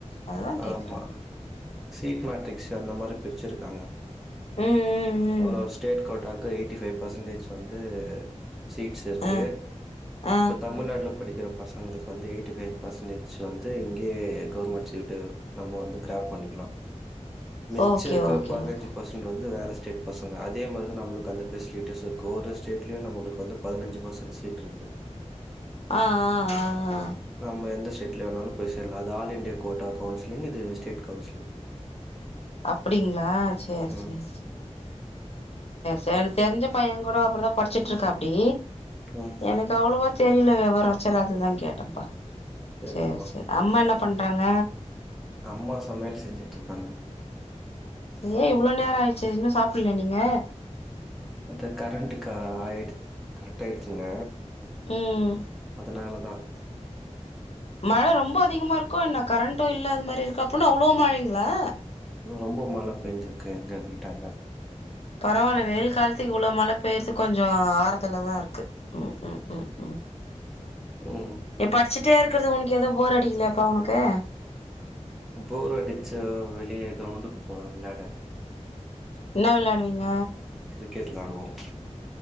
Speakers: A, on the left; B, in the centre.
A: அதுதா கேக்குறே
B: ஆமா சீட் மேட்ரிக்ஸ் அந்த மாரி பிரிச்சிருக்காங்க
A: ம் ம்
B: ஒரு
A: ம்
B: ஒரு ஸ்டேட் கோட்டாக்கு எயிட்டி ஃபைவ் பர்சன்டேஜ் வந்து சீட்ஸ் இருக்குது
A: ஆ ஆ
B: இப்போ தமிழ்நாட்டில படிக்கிற பசங்களுக்கு வந்து எயிட்டி பை பர்சன்டேஜ் வந்து இங்கே கவர்மெண்ட் வத்துட்டு நம்ம வந்து கிராப் பண்ணிக்கலாம் மிச்ச
A: ஓகே
B: இருக்கிற
A: ஓகே
B: பதிநஞ்சு
A: ஓகே
B: பர்சன் வந்து வந்து வேறு ஸ்டேட் பசங்க அதே மாரி தான் நம்ளுக்கு அந்த ஃபெசிலிட்டிஸ் இருக்கு ஒ் ஸ்டேட்லே நம்ளுக்கு வந்து பதினஞ்சு பர்சன்ட் சீட் இருக்கு
A: ஆ ஆ ஆ ஆ
B: ஆமா எந்த எந்த ஸ்டேட்ல போய் சேரலாம் அது ஆல்லின்டிய கோட்டா கவுன்சிலங் இது ஸ்டேட் கவுன்சிலிங்
A: அப்டிங்களா சேரி
B: ம்
A: சேரி சேரி சேரி சே தெரிஞ்ச பைய கூட அப்டிதான் படிச்சிட்டு விட்டு இருக்க அப்டி
B: ம்
A: எனக்கு அவ்வளவா தெரியல விவரம் பச்சராத தங்கேட்டேபா
B: சரிங்கம்மா
A: சேரி சேரி அம்மா என்ன பண்றாங்க
B: அம்மா சமையல் செஞ்சுட்டுருக்காங்க
A: ஏ இவ்ளோ நேரோ ஆயிடுச்சு இன்னு சாப்டலயா நீங்க
B: அத கரண்ட்க ஆயடு கட் ஆயிடுச்சிங்க
A: ம்
B: அதனாலதா உம்
A: மழ ரொம்ப அதிகமா இருக்கோ என்ன கரண்ட்டு இல்ல அது மாரி இருக்கு அப்போனா அவ்ளோ மழைங்களா
B: ரொம்ப மழை பெஞ்சிருக்கு எங்க வீட்டாண்ட
A: பரவால்ல வெயில் காலத்துக்கு இவ்ளோ மழ பெய்யறது கொஞ்சோ ஆறுதலாதா இருக்கு உம் உம் உம் உம்
B: ம்
A: ஏ படிச்சுட்டே இருக்குறது உனக்கு எது போர் அடிக்கலையா பா உனக்கு
B: போர் அடிச்ச வெளியே கிரவுண்டுக்கு போவேன் வெளையாட
A: என்னா விளையாடுவீங்க
B: கிரிக்கெட் விளையாடுவோம்